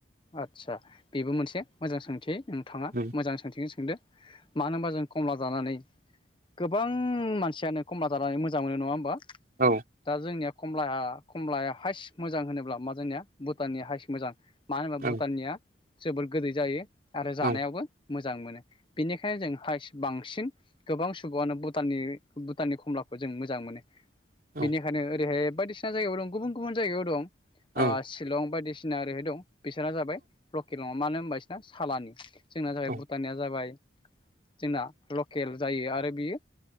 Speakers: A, on the left (about 25°); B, on the right (about 45°).
A: आदसा बेबो मोनसे मोजां सोंथि नोंथाङा
B: औ
A: मोजां सोंथिखोनो सोंदो मानो होनबा जों कमला जानानै गोबां मानसियानो कमला जानानै मोजां मोनो नङा होमबा?
B: औ
A: दा जोंनिया कमला कमलाया हाइस मोजां होनोब्ला मा जोंनिया भुटाननि हाइस मोजां मानो होनोबा
B: औ
A: भुटाननिया? जोबोर गोदै जायो आरो जानायावबो
B: औ
A: मोजां मोनो बेनिखायनो जों हाइस बांसिन गोबां सुबुआनो भुटाननि भुटाननि कमलाखौ जों मोजां मोनो
B: औ
A: बिनिखायनो ओरैहाय बायदिसिना जायगायाव दं गुबुन गुबुन जायगायाव दं
B: औ
A: ओ शिलं बायदिसि सिना ओरैहाय दं बिसोरा जाबाय रकेट दङ मानो होनबा बिसना सालानि जोंना जाबाय
B: औ
A: भुटानिया जाबाय जोंना लकेल जायो आरो बियो